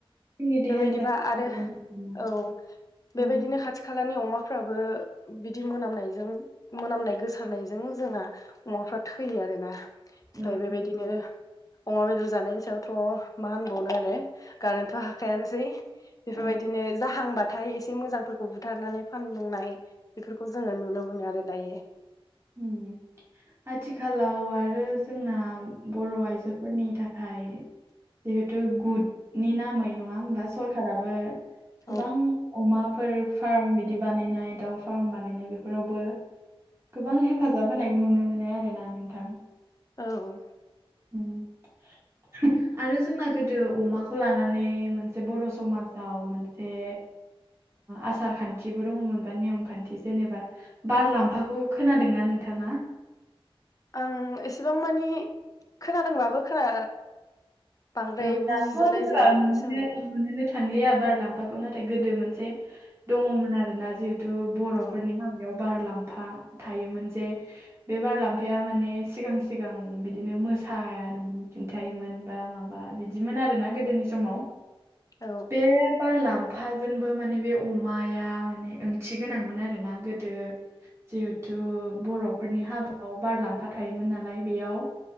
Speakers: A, on the right; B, on the left.
A: जोंनि देहानि
B: बेबायदिबा
A: थाखाय
B: आरो
A: मोजां नंगौना?
B: औ बेबायदिनो
A: औ
B: खाथि खाथि खालानि अमाफ्राबो बिदि मोनामनायजों मोनामनाय गोसारनायजों जोंना अमाफ्रा थैयो आरोना ओमफ्राय
A: औ
B: बेबायदिनो अमा बेदर जानायनि सायावथ मा होनबावनो आरो गारनोथ हाखायानोसै बेफोरबायदिनो
A: औ
B: जाहांबा थाय एसे मोजांफोरखौ बुथारनानै फानलुंनाय बेफोरखौ जोङो नुनो मोनो आरो दायो
A: उम आथिखालाव आरो जोंना बर' आइजोफोरनि थाखाय जिहेथु गुदनि नामै नङा होमबा सरखाराबो गोबां
B: औ
A: अमाफोर फार्म बिदि बानायनाय दाउ फार्म बानायनाय बेफोरावबो गोबां हेफाजाब होनायखौ नुनो मोनो आरोना नोंथां
B: औ
A: उम <unintelligible> आरो जोंना गोदो अमाखौ लानानै मोनसे बर' समाजाव मोनसे आसार खान्थिबो दङमोनबा नेयम खान्थि जेनेबा बारलाम्फाखौ खोनादोंना नोंथाङा
B: आं एसेबां मानि खोनादोंबाबो खोना बांद्राय
A: औ
B: बुजिजोबनाय
A: दाथ जेनेबा
B: जाया बेफोरनि
A: नुनोनो
B: सोमोन्दै
A: नुनोनो थांलिया बार लांफाखौ नाथाय गोदो मोनसे दङमोन आरोना जिहे थु बर'फोरनि
B: औ
A: हाबायाव बार लाम्फा थायोमोन जे बे बारलामफाया माने सिगां सिगां बिदिनो मोसानानै खिन्थायोमोन बा माबा बिदिमोन आरोना गोदोनि समाव
B: औ
A: बे बारलामफाजोंबो माने बे अमाया माने ओंथि गोनांमोन आरोना गोदो जिहेथु बर'फोरनि हाबायाव बारलाम्फा थायोमोन नालाय बेयाव